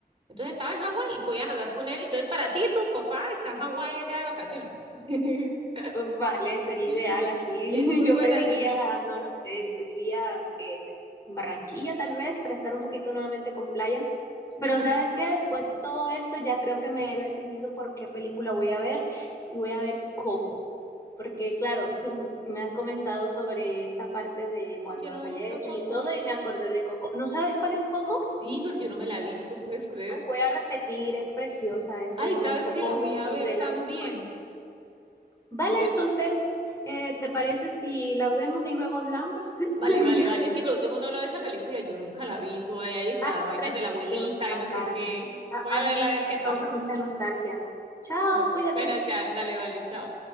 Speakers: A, on the right (about 30°); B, on the left (about 15°).
A: Entonces estaba en Hawái y podían hablar con él. Entonces, para ti, tu papá está en Hawái allá de vacaciones. <laughs>
B: Pues, Vale, sería
A: Sí,
B: ideal así.
A: es muy
B: <laughs> Yo
A: buena,
B: pediría,
A: sí.
B: no lo sé, pediría que Barranquilla tal vez para estar un poquito nuevamente con playa.
A: <laughs>
B: Pero sabes que después de todo esto ya creo que me he decidido por qué película voy a ver y voy a ver Coco. Porque claro, que me has comentado sobre esta parte de cuando
A: Y Yo no
B: fallecen
A: he visto Coco.
B: y todo y me acordé de Coco. ¿No sabes cuál es Coco?
A: Sí, pero yo no me la he visto, ¿puedes creer?
B: Ay, voy a repetir, es preciosa, es
A: Ay,
B: bueno,
A: ¿sabes
B: un poco
A: qué? La voy a
B: sobre
A: ver también.
B: la muerte. Vale,
A: Te-
B: entonces, eh, ¿te parece si la vemos y luego hablamos?
A: Vale,
B: <laughs>
A: vale, vale. Sí, porque todo el mundo habla de esa película y yo nunca la vi. toda ahí está,
B: Ay,
A: vainas
B: precioso,
A: de la abuelita
B: te va a
A: y no
B: encantar
A: sé qué.
B: a mí. A,
A: Voy a
B: a mí
A: verla a ver
B: me
A: qué tal.
B: causa mucha nostalgia. Chao,
A: Bu-
B: cuídate.
A: Bueno, ya, dale, vale, chao.